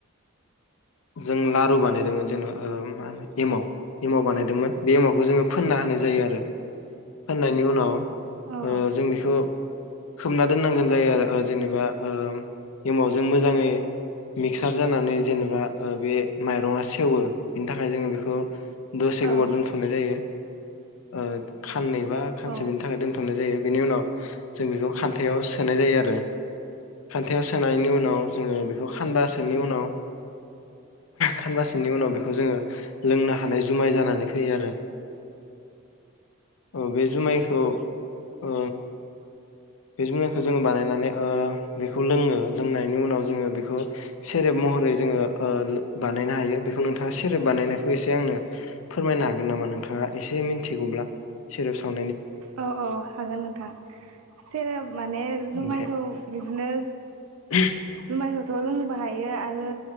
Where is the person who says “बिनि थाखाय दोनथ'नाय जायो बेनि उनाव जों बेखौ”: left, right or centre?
Left